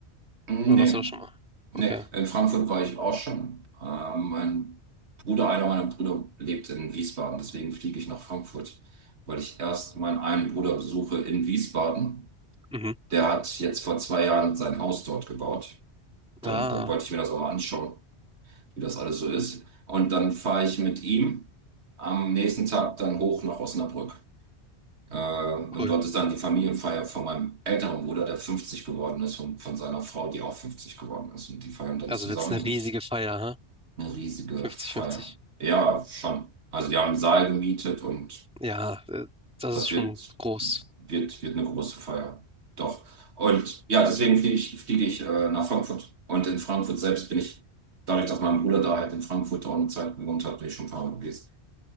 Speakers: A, on the right; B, in the centre.
A: Nee,
B: Oder warst du da schon mal?
A: nee.
B: Okay.
A: In Frankfurt war ich auch schon. Ähm, mein Bruder, einer meiner Brüder lebt in Wiesbaden, deswegen fliege ich nach Frankfurt, weil ich erst meinen einen Bruder besuche in Wiesbaden.
B: Mhm.
A: Der hat jetzt vor zwei Jahren sein Haus dort gebaut. Dann,
B: Ah,
A: dann wollte ich mir das auch mal anschauen, wie das alles so ist. Und dann fahre ich mit ihm am nächsten Tag dann hoch nach Osnabrück. Äh, und
B: cool.
A: dort ist dann die Familienfeier von meinem älteren Bruder, der 50 geworden ist, und von seiner Frau, die auch 50 geworden ist. Und die feiern dann
B: Also
A: zusammen
B: wird's eine
A: und
B: riesige Feier, ha?
A: eine riesige
B: 50-50.
A: Feier. Ja, schon. Also die haben einen Saal gemietet und
B: Ja, äh, das
A: das
B: ist schon
A: wird,
B: groß.
A: wird, wird eine große Feier. Doch. Und ja, deswegen fliege ich, fliege ich äh, nach Frankfurt. Und in Frankfurt selbst bin ich, dadurch, dass mein Bruder da halt in Frankfurt auch eine Zeit gewohnt hat, bin ich schon ein paar Mal gewesen.